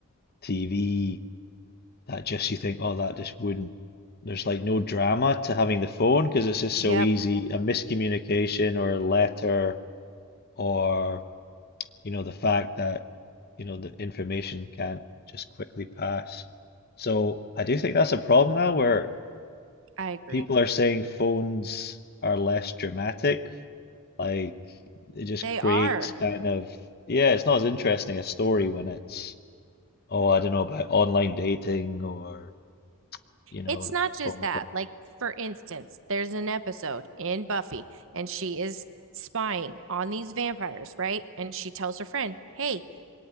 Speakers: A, on the left; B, on the right.
A: TV that just you think, oh, that just wouldn't. There's like no drama to having the phone because it's just
B: yep
A: so easy. A miscommunication or a letter, or you know, the fact that you know the information can't just quickly pass. So I do think that's a problem now where
B: I agree
A: people are saying phones are less dramatic. Like it just
B: They
A: creates
B: are.
A: kind of, yeah, it's not as interesting a story when it's, oh, I don't know about online dating or, you know,
B: It's not
A: a
B: just
A: phone
B: that.
A: calls.
B: Like, for instance, there's an episode in Buffy, and she is spying on these vampires, right? And she tells her friend, Hey,